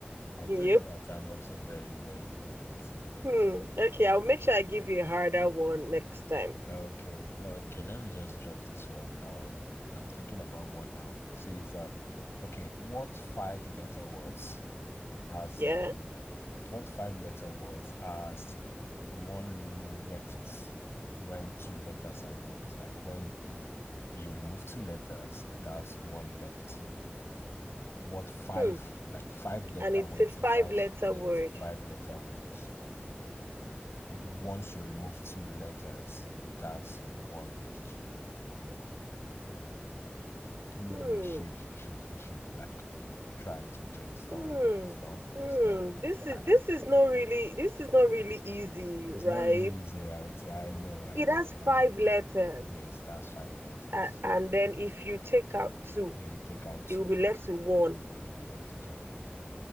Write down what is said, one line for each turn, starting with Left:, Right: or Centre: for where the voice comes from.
Left: I
Right: Yep.
Left: told you that I'm also very, very good with radios
Right: Hmm.
Left: and
Right: Okay,
Left: that
Right: I'll
Left: poses
Right: make sure I
Left: too.
Right: give you a harder one next time.
Left: Okay, no, okay, let me just drop this one. Um, I'm thinking about one now. It says, um, okay, what five letter words has
Right: Yeah.
Left: um what five letter words has one left when two letters are removed? Like when you remove two letters, it has one left. What five,
Right: Hmm.
Left: like five letter
Right: And it's
Left: words,
Right: a five
Left: it's a five,
Right: letter
Left: yeah,
Right: word.
Left: it's a five letter word. Once you remove two letters, it has one left. You
Right: Hmm.
Left: should, you should, you should like try to brainstorm,
Right: Hmm.
Left: brainstorm, brainstorm.
Right: Hmm. This
Left: I,
Right: is this is not really this is not really easy, right?
Left: it's not really easy, right? I know, I
Right: It
Left: know,
Right: has five
Left: I know.
Right: letters,
Left: Yes, that's five letters.
Right: uh, and then if you take out two,
Left: If you take out two,
Right: it will be left to one.
Left: you'll be left with one.